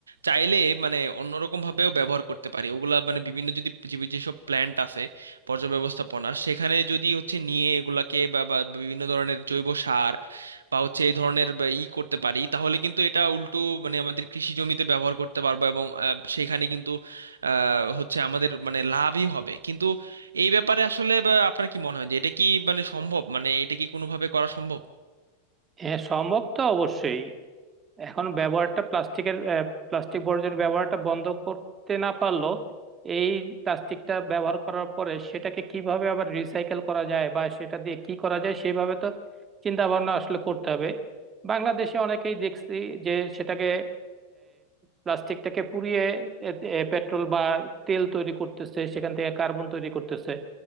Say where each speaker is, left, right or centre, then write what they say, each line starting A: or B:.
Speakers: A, on the right; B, on the right.
A: চাইলে মানে অন্যরকম ভাবেও ব্যবহার করতে পারি ওগুলা মানে বিভিন্ন যদি পৃথিবীর যেসব প্ল্যান্ট আছে বর্জ্য ব্যবস্থাপনার সেখানে যদি হচ্ছে নিয়ে এগুলাকে বা বা বিভিন্ন ধরনের জৈব সার বা হচ্ছে এই ধরনের বা ই করতে পারি তাহলে কিন্তু এটা উল্টো মানে আমাদের কৃষি জমিতে ব্যবহার করতে পারবো এবং আহ, সেখানে কিন্তু আহ, হচ্ছে আমাদের মানে লাভই হবে কিন্তু এই ব্যাপারে আসলে বা, আপনার কি মনে হয় যে এটা কি মানে সম্ভব মানে এটা কি কোনোভাবে করা সম্ভব
B: হ্যাঁ সম্ভব তো অবশ্যই এখন ব্যবহারটা প্লাস্টিকের প্লাস্টিক বর্জ্যের ব্যবহারটা বন্ধ করতে না পারলো এই প্লাস্টিকটা ব্যবহার করার পরে সেটাকে কিভাবে আবার রিসাইকেল করা যায় বা সেটা দিয়ে কি করা যায় সেইভাবে তো চিন্তা ভাবনা আসলে করতে হবে বাংলাদেশে অনেকেই দেখছি যে সেটাকে প্লাস্টিকটাকে পুড়িয়ে পেট্রোল বা তেল তৈরি করতেছে সেখান থেকে কার্বন তৈরি করতেছে